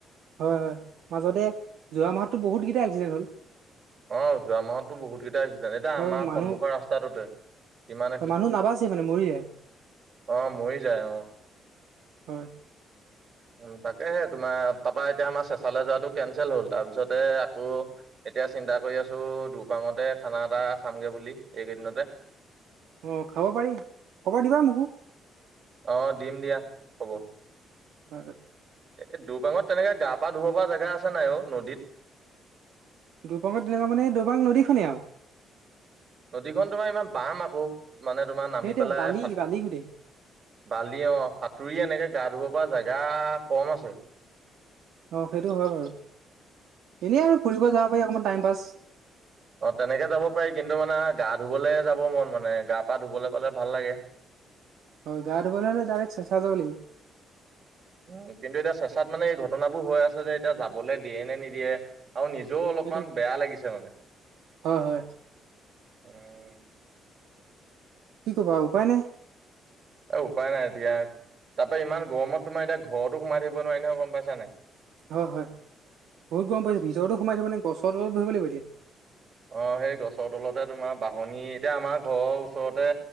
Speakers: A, on the right; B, on the right.
A: হয় হয়, মাজতে যোৱা মাহতো বহুতকেইটা এক্সিডেণ্টত হ'ল।
B: অ যোৱা মাহতো বহুত কেইটা এক্সিডেণ্টত, এতিয়া
A: আৰু
B: আমাৰ
A: মানুহ
B: সন্মুখৰ ৰাস্তাটোতে কিমান
A: মানুহ নাবাচি মানে মৰি যায়।
B: অঁ মৰি যায় অঁ।
A: হয়
B: উম তাকেহে তোমাৰ তাৰপা এতিয়া আমাৰ চেঁচালে যোৱাটো কেনচেল হ'ল, তাৰপিছতে আকৌ এতিয়া চিন্তা কৰি আছো দুপাঙতে খানা এটা খামগে বুলি এইকেইদিনতে।
A: অঁ খাব পাৰি, খবৰ দিবা মোকো।
B: অঁ দিম দিয়া খবৰ।
A: <unintelligible>
B: এ দুবাঙত তেনেকে গা পা ধুব পৰা জেগা আছে নাই অ নদীত।
A: দুপাঙত তেনেকুৱা মানে দুবাং নদীখনেই আও।
B: নদীখন তোমাৰ ইমান বাম আকৌ, মানে তোমাৰ নামি
A: সেইটোৱে
B: পেলাই
A: বালি
B: সাত
A: বালি গোটেই
B: বালি অঁ সাঁতুৰি এনেকে গা ধুব পৰা জেগা কম আছে।
A: অঁ, সেইটো হয় বাৰু, এনেই আৰু ফুৰিব যাব পাৰি অকমান টাইম পাছ।
B: <inaudible> অঁ তেনেকে যাব পাৰি, কিন্তু মানে গা ধুবলৈ যাব মন মানে গা পা ধুবলৈ পালে ভাল লাগে।
A: হয় গা ধুবলৈ হলে ডাইৰেক্ট চেচা যাব লাগিব।
B: উম, কিন্তু এতিয়া চেচাত মানে এই ঘটনাবোৰ হৈ আছে যে এতিয়া যাবলৈ দিয়ে নে নিদিয়ে? আৰু নিজেও অলপমান
A: সেইটো
B: বেয়া লাগিছে মানে।
A: হয় হয়।
B: উম
A: কি কবা উপায় নাই?
B: উপায় নাই দিয়া। তাতে ইমান গৰমত তোমাৰ এতিয়া ঘৰতো সোমাই থাকিব নোৱাৰি নহয় গম পাইছা নাই?
A: হয় হয়, বহুত গৰম পৰিছে ভিজৰতো সোমাই থাকিব নে গছৰ তলত বহিব লাগিব এতিয়া।
B: অঁ, সেই গছৰ তলতে তোমাৰ বাহনি এতিয়া আমাৰ ঘৰৰ ওচৰতে